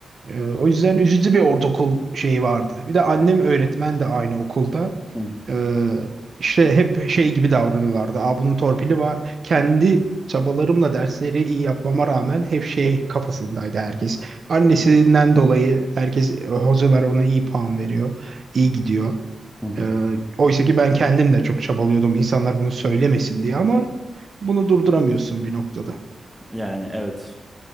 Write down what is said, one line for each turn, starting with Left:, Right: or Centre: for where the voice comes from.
Right: E, o yüzden üzücü bir ortaokul şeyi vardı. Bir de annem öğretmen de aynı okulda.
Centre: Hı hı,
Right: Ee, işte hep şey gibi davranıyorlardı. Aa bunun torpili var. Kendi çabalarımla dersleri iyi yapmama rağmen hep şey kafasındaydı herkes. Annesinden dolayı herkes e, hocalar ona iyi puan veriyor. iyi gidiyor.
Centre: hı hı.
Right: Ee, oysa ki ben kendim de çok çabalıyordum insanlar bunu söylemesin diye ama bunu durduramıyorsun bir noktada.
Centre: Yani evet.